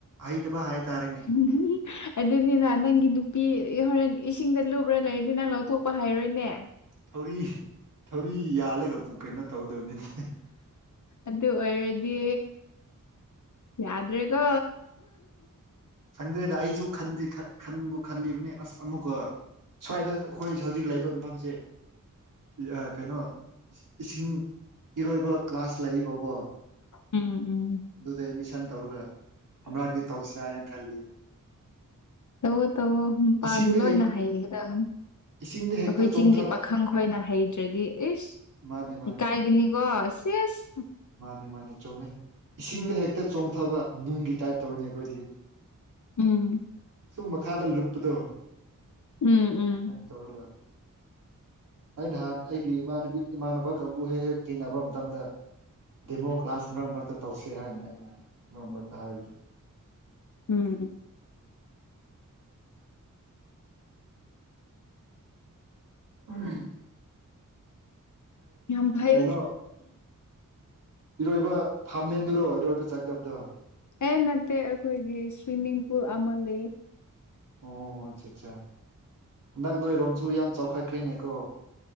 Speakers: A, on the right; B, on the left.
A: ꯍꯩꯇꯕ ꯍꯥꯏꯇꯥꯔꯦꯟ
B: <unintelligible> ꯑꯗꯨꯅꯤꯅ ꯅꯪꯒꯤ ꯅꯨꯄꯤ ꯏ ꯍꯣꯔꯦꯟ ꯏꯁꯤꯡꯗ ꯂꯨꯞꯂ ꯂꯩꯔꯗꯤ ꯅꯂꯧꯊꯣꯛꯄ ꯍꯥꯏꯔꯣꯏꯅꯦ
A: ꯊꯧꯔꯤ ꯊꯧꯔꯤ ꯌꯥꯜꯂꯒ ꯄꯨꯛ ꯀꯩꯅ ꯇꯧꯒꯗꯕꯅꯤꯅꯦ
B: ꯑꯗꯨ ꯑꯣꯏꯔꯗꯤ ꯌꯥꯗ꯭ꯔꯦꯒꯣ
A: ꯁꯪꯗ꯭ꯔꯦꯗ ꯑꯩꯁꯨ ꯈꯟꯗꯤ ꯈꯟ ꯈꯟꯕꯨ ꯈꯜꯂꯤꯕꯅꯤ ꯑꯁ ꯑꯃꯨꯛꯀ ꯁ꯭ꯋꯥꯏꯗ ꯑꯩꯈꯣꯏ ꯍꯧꯖꯤꯛ ꯂꯩꯕ ꯃꯐꯝꯁꯦ ꯏꯌ ꯀꯩꯅꯣ ꯏꯁꯤꯡ ꯏꯔꯣꯏꯕ ꯀ꯭ꯂꯥꯁ ꯂꯩꯏꯕꯕꯣ
B: ꯎꯝ ꯎꯝ
A: ꯑꯗꯨꯗ ꯑꯦꯠꯃꯤꯁꯟ ꯇꯧꯔꯒ <unintelligible> ꯇꯧꯁꯤꯔ ꯍꯥꯏꯟ ꯈꯜ
B: ꯇꯧꯑꯣ ꯇꯧꯋꯣ ꯅꯨꯄꯥꯗꯤ
A: ꯏꯁꯤꯡꯗ
B: ꯂꯣꯏꯅ
A: ꯍꯦꯛ
B: ꯍꯩꯒꯗꯝ
A: ꯏꯁꯤꯡꯗ ꯍꯦꯛꯇ
B: ꯑꯩꯈꯣꯏ
A: ꯆꯣꯡꯊꯔ
B: ꯆꯤꯡꯒꯤ ꯄꯥꯈꯪ ꯈꯣꯏꯅ ꯍꯩꯗ꯭ꯔꯗꯤ ꯏꯁ
A: ꯃꯥꯅꯦ ꯃꯥꯅꯦ
B: ꯀꯥꯏꯒꯤꯅꯤꯒꯣ ꯏꯁꯤꯁ
A: ꯃꯥꯅꯦ ꯃꯥꯅꯦ ꯆꯨꯝꯃꯦ ꯏꯁꯤꯡꯗ ꯍꯦꯛꯇ ꯆꯣꯡꯊꯕ ꯅꯨꯡꯒꯤ ꯇꯥꯏꯞ ꯇꯧꯔꯤꯅꯦ ꯑꯩꯈꯣꯏꯗꯤ
B: ꯎꯝ
A: ꯁꯨꯝ ꯃꯈꯥꯗ ꯂꯨꯞꯄꯗꯣ
B: ꯎꯝ ꯎꯝ
A: ꯇꯧꯔꯤꯕ ꯑꯩ ꯅꯍꯥꯟ ꯑꯩꯒꯤ ꯏꯃꯥꯟꯅ ꯏꯃꯥꯟꯅꯕ ꯀꯥꯡꯕꯨ ꯍꯦꯛ ꯍꯦꯛ ꯇꯤꯟꯅꯕ ꯃꯇꯝꯗ ꯗꯦꯃꯣ ꯀ꯭ꯂꯥꯁ ꯃꯔꯛ ꯃꯔꯛꯇ ꯇꯧꯁꯤ ꯍꯥꯏꯅꯤ ꯑꯩꯅ ꯃꯔꯛ ꯃꯔꯛꯇ ꯍꯥꯏꯕꯅꯤ
B: ꯎꯝ
A: ꯎꯝ
B: ꯌꯥꯝ ꯐꯥꯏ
A: ꯀꯩꯅꯣ ꯏꯔꯣꯏꯕ ꯐꯥꯝꯂꯦꯟꯗꯨꯔꯣ ꯏꯔꯣꯏꯕ ꯆꯪꯗꯕꯗꯣ
B: ꯑꯦ ꯅꯠꯇꯦ ꯑꯩꯈꯣꯏꯒꯤ ꯁꯨꯏꯃꯤꯡ ꯄꯨꯜ ꯑꯃꯥ ꯂꯩ
A: ꯑꯣ ꯑꯠꯆꯥ ꯑꯠꯆꯥ ꯍꯟꯗꯛ ꯅꫭꯏꯔꯣꯝꯁꯨ ꯌꯥꯝ ꯆꯥꯎꯈꯠꯈ꯭ꯔꯦꯅꯦꯀꯣ